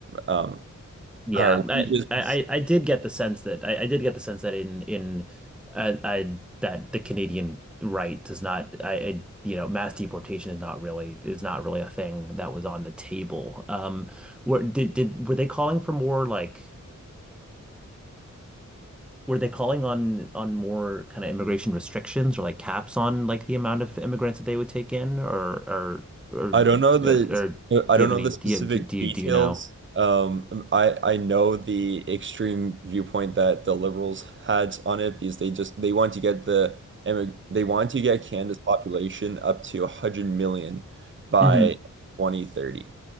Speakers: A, on the right; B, in the centre.
A: um
B: Yeah,
A: higher
B: I,
A: wages
B: I, I did get the sense that I, I did get the sense that in in uh, I that the Canadian right does not I, I you know mass deportation is not really is not really a thing that was on the table. Um, were did did were they calling for more like were they calling on on more kind of immigration restrictions or like caps on like the amount of immigrants that they would take in or or or
A: I don't know the
B: or, or do
A: I
B: you
A: don't
B: have
A: know
B: any
A: the
B: do
A: specific
B: you do you,
A: details.
B: do you know?
A: Um, I I know the extreme viewpoint that the liberals had on it because they just they want to get the emi- they want to get Canada's population up to 100 million by
B: Mm-hmm.
A: 2030.